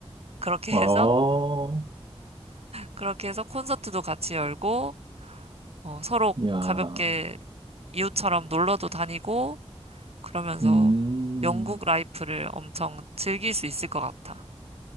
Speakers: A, on the right; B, on the right.
A: 그렇게
B: 어,
A: 해서 그렇게 해서 콘서트도 같이 열고 어, 서로
B: 야,
A: 가볍게 이웃처럼 놀러도 다니고 그러면서
B: 음,
A: 영국 라이프를 엄청 즐길 수 있을 것 같아.